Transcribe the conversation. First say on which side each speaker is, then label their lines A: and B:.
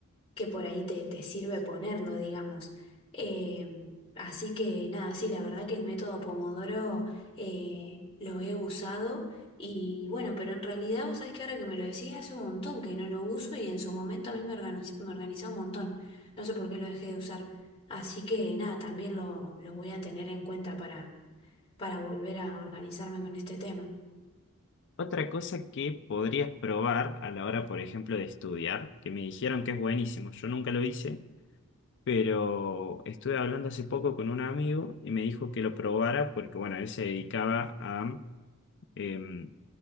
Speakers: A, on the left (about 25°); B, on the left (about 55°).
A: que por ahí te, te sirve ponerlo, digamos. Eh, así que nada, sí, la verdad que el método Pomodoro eh, lo he usado y bueno, pero en realidad vos sabés que ahora que me lo decís hace un montón que no lo uso y en su momento a mí me organiz- me organizaba un montón. No sé por qué lo dejé de usar. Así que nada, también lo, lo voy a tener en cuenta para volver a organizarme con este tema.
B: Otra cosa que podrías probar a la hora, por ejemplo, de estudiar, que me dijeron que es buenísimo, yo nunca lo hice, pero estuve hablando hace poco con un amigo y me dijo que lo probara porque, bueno, él se dedicaba a em,